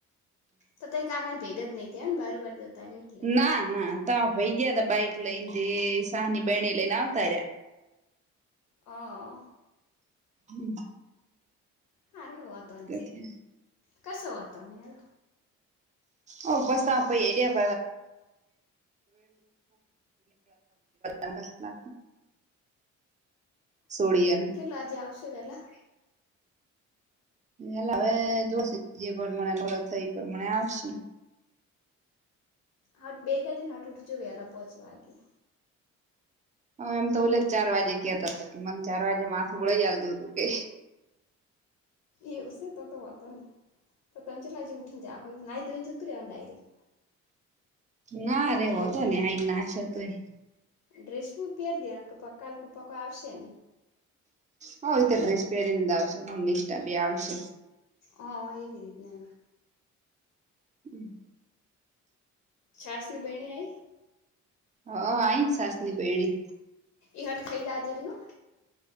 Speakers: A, on the left; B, on the right.
A: તો ત ક કારણ ભેગા જ નહીં થયા ને બારબાર જ ત રેટ
B: ના ના તો ભઈ ગયા ત બાઈક લઈને શહની બેને લઈને આવતા રહ્યા
A: હ
B: હમ
A: હા હડો વાતો ન
B: થયા.
A: કશો વાતો ન હડો
B: ઓ પાસ અ એડીિયા પાડી સોડીએ
A: લાે આવશે વેલા
B: એેલા હવે જોશે જે પણ મને નરત થ એ પણ મને આવશે
A: હટ બે દાદીને હટ ઉઠજએ એલાલે પહોંચવાગે
B: હ એમ તો ઓલે ચાર વાગે કેતા હતા કે મને ચાર વાજે માથુંળાઈ જલ દૂર કે
A: એવશે તો હોતો ને તો તમચ આજજી ઉઠને જા હોય ના તો એને જતું રેવાનું ડાયરેક્ટ
B: ના ર
A: ત્યો
B: હોતો ને આય નાશ હતોુંય
A: ડ્રેસ બ પહેર દનું કે પક્કાપપક્કો આવશે નહી
B: હ રીતે ત્રીસ પહેરીનેંદ આવશે મ નિષઠા બી આવશે
A: હ એવી રીતને
B: હમ
A: છસની બેહેણી આવીઈ
B: હ આઈ સાસની પેણી
A: એહટ ખરીદ જ રહીું